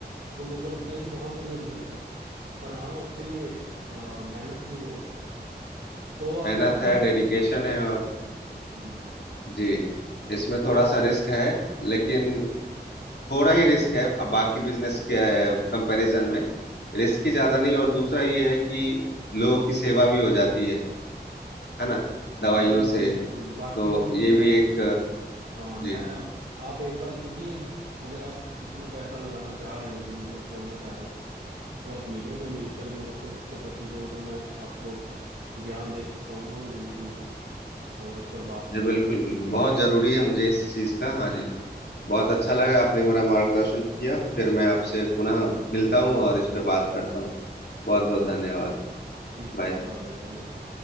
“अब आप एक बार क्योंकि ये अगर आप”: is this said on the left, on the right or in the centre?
Right